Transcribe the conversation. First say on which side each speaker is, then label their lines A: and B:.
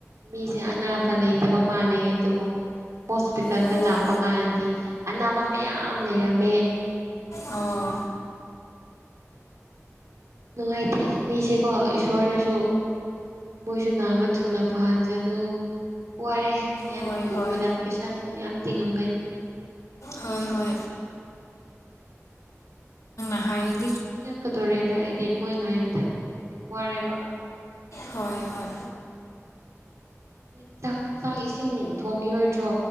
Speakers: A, on the right (about 70°); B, on the left (about 80°).
A: ꯃꯤꯖꯦ ꯑꯅꯥꯕ ꯂꯩꯇꯕ ꯃꯥꯜꯂꯦꯌꯦ ꯑꯗꯨꯕꯨ ꯍꯣꯁꯄꯤꯇꯟꯗ
B: ꯑꯣ
A: ꯂꯥꯛꯄꯀꯥꯟꯗꯤ ꯑꯅꯥꯕ ꯃꯌꯥꯝ ꯂꯩꯔꯝꯃꯦ꯫
B: ꯑꯣ
A: ꯅꯨꯡꯉꯥꯏꯇꯦ ꯃꯤꯁꯦꯀꯣ ꯏꯁꯣꯔꯅꯁꯨ ꯃꯣꯏꯁꯨ ꯅꯥꯕ ꯊꯨꯅ ꯐꯍꯟꯖꯅꯨ꯫ ꯋꯥꯔꯦ ꯃꯌꯥꯝꯗꯨ
B: ꯍꯣꯏ ꯍꯣꯏ
A: ꯎꯕꯗ ꯄꯩꯁꯥꯁꯨ ꯃꯌꯥꯝ ꯇꯤꯡꯉꯝꯒꯅꯤ꯫
B: ꯍꯣꯏ ꯍꯣꯏ ꯍꯥꯏꯌꯦꯠ
A: ꯇꯨꯝꯅꯤꯡꯉꯛꯀꯗꯣꯔꯦꯗ ꯑꯩꯗꯤ ꯃꯣꯏ ꯉꯥꯏꯕꯗ ꯌꯥꯝ ꯋꯥꯔꯦꯕ꯫
B: ꯍꯣꯏ ꯍꯣꯏ
A: <inaudible> ꯆꯥꯛ ꯆꯥꯛ ꯏꯁꯤꯡ ꯊꯣꯡꯒꯤꯔꯣꯏꯗ꯭ꯔꯣ꯫